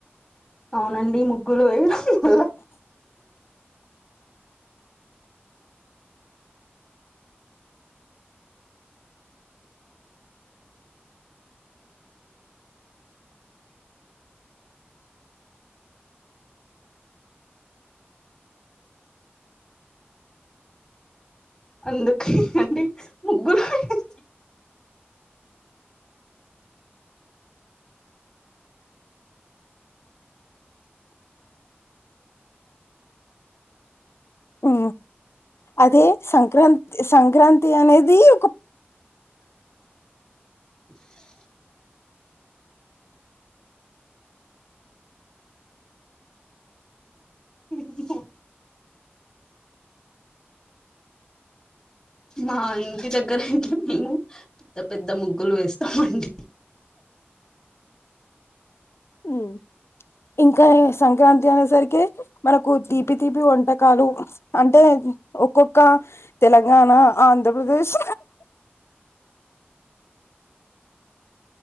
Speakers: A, on the left; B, on the left.
A: అవునండి ముగ్గులు వేయడం వల్ల అందుకే అండి ముగ్గులు వేయడం
B: ఆ అది సంక్రాంతి సంక్రాంతి అనేది ఒక
A: హమ్ ఉమ్మ్ ‌హ మా ఇంటి దగ్గర అయితే మేము పెద్ద పెద్ద ముగ్గులు వేస్తామండి హమ్
B: ఉమ్. ఇంకా సంక్రాంతి అనే సరికి మనకు తీపి తీపి వంటకాలు అంటే ఒక్కొక్క తెలంగాణ ఆంధ్రప్రదేశ్